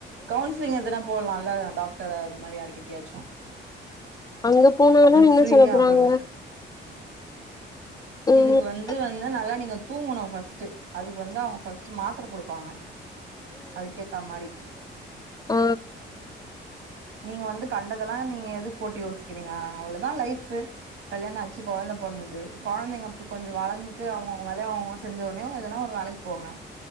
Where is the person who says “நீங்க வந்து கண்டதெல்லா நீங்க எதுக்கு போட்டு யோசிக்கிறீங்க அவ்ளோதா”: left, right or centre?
Right